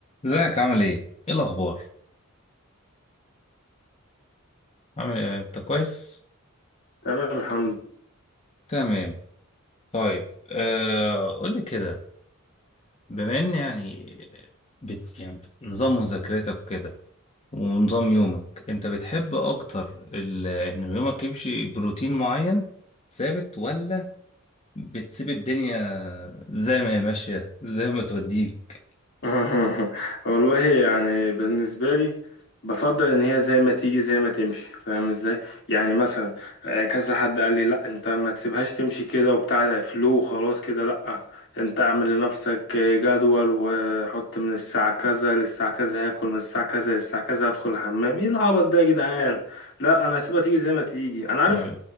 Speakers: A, on the left; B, on the left.
A: ازيك عامل ايه؟ ايه الأخبار؟ عامل إيه؟ أنت كويس؟
B: تمام الحمد
A: تمام طيب آه قول لي كده بما إن يعني بت يعني نظام مذاكرتك كده ونظام يومك أنت بتحب أكتر ال- إن يومك يمشي بروتين معين ثابت ولا بتسيب الدنيا زي ما هي ماشية زي ما توديك؟
B: لله <laughs> والله يعني بالنسبة لي بفضل إن هي زي ما تيجي زي ما تمشي فاهم إزاي؟ يعني مثلا آه، كذا حد قال لي لأ أنت ما تسيبهاش تمشي كده وبتاع فلو خلاص كده لأ أنت أعمل لنفسك جدول وحط من الساعة كذا للساعة كذا هاكل من الساعة كذا للساعة كذا هدخل الحمام إيه العبط ده يا جدعان؟ لأ أنا هسيبها تيجي زي ما تيجي أنا عارف
A: ما ب...